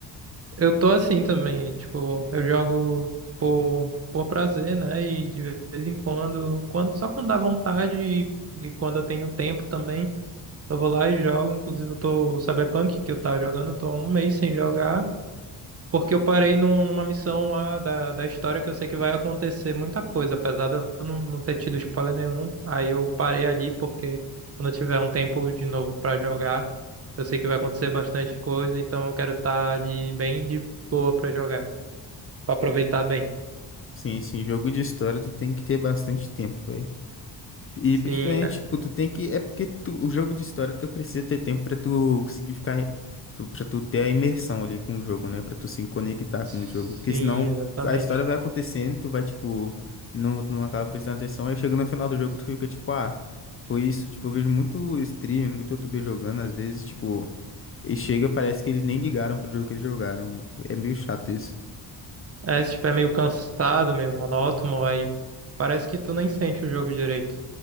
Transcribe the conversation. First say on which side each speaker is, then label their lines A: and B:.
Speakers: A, on the right; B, on the left.
A: eu tô assim também, tipo, eu jogo por, por prazer, né? E de vez em quando, quando, só quando dá vontade e, e quando eu tenho tempo também. Eu vou lá e jogo. Inclusive, eu tô o Cyberpunk que eu tava jogando, eu tô há um mês sem jogar. Porque eu parei num- numa missão lá da, da história que eu sei que vai acontecer muita coisa, apesar de eu não, não ter tido spoiler nenhum. Aí eu parei ali porque quando eu tiver um tempo de novo pra jogar, eu sei que vai acontecer bastante coisa, então eu quero estar de bem de boa pra jogar, pra aproveitar bem.
B: Sim, sim, jogo de história tu tem que ter bastante tempo, velho. E
A: Sim,
B: principalmente,
A: é-
B: tipo, tu tem que. É porque tu- o jogo de história tu precisa ter tempo pra tu conseguir ficar. Tu, pra tu ter a imersão ali com o jogo, né? Pra tu se conectar
A: sim,
B: com o jogo. Porque senão
A: exatamente.
B: a história vai acontecendo, tu vai, tipo. Não, tu não acaba prestando atenção. Aí chega no final do jogo, tu fica tipo, ah, foi isso. Tipo, eu vejo muito streamer, muito youtuber jogando, às vezes, tipo. E chega, parece que eles nem ligaram pro jogo que eles jogaram. É meio chato isso.
A: É, se estiver meio cansado, meio monótono, aí parece que tu nem sente o jogo direito.